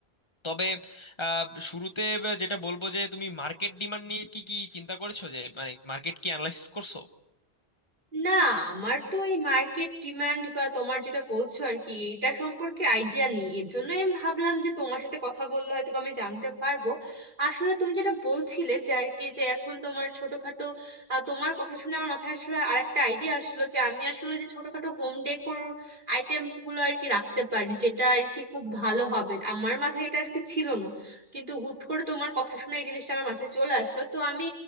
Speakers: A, on the left; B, on the right.
A: তবে আহ, শুরুতে যেটা বলবো যে তুমি মার্কেট ডিমান্ড নিয়ে কি কি চিন্তা করেছো যে মানে মার্কেট কি অ্যানালাইসিস করছো
B: না আমার তো এই মার্কেট ডিমান্ড বা তোমার যেটা বলছো আর কি এইটা সম্পর্কে আইডিয়া নেই এর জন্য আমি ভাবলাম যে তোমার সাথে কথা বললে হয়তো বা আমি জানতে পারবো আসলে তুমি যেটা বলছিলে যে আর কি যে এখন তোমার ছোটখাটো আহ, তোমার কথা শুনে আমার মাথায় আসলে আরেকটা আইডিয়া আসলো যে আমি আসলে যে ছোটখাটো হোম ডেকোর আইটেমস গুলো আর কি রাখতে পারি যেটা আর কি খুব ভালো হবে আমার মাথায় এটা আর কি ছিল না কিন্তু হুট করে তোমার কথা শুনে এই জিনিসটা আমার মাথায় চলে আসলো তো আমি